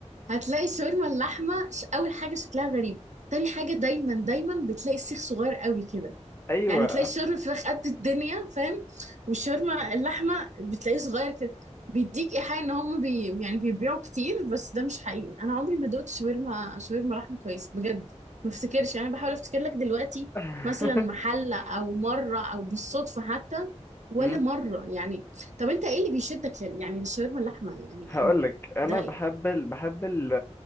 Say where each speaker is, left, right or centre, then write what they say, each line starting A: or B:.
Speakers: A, on the right; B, on the left.
A: هتلاقي الشاورما اللحمه ش- اول حاجه شكلها غريب تاني حاجه دايما دايما بتلاقي السيخ صغير قوي كده
B: ايوه
A: يعني تلاقي الشاورما الفراخ قد الدنيا فاهم والشاورما اللحمه بتلاقيه صغير كده بيديك ايحاء ان هم بي يعني بيبيعوا كتير بس ده مش حقيقي انا عمري ما دوقت شاورما شاورما لحمه كويس بجد ما افتكرش يعني أنا بحاول افتكر لك دلوقتي
B: <laughs>
A: مثلا محل او مره او بالصدفه حتى ولا
B: مم.
A: مره يعني طب انت ايه اللي بيشدك لل- يعني الشاورما اللحمه يعني
B: هقول لك انا
A: ده إيه؟
B: بحب ال... بحب ال...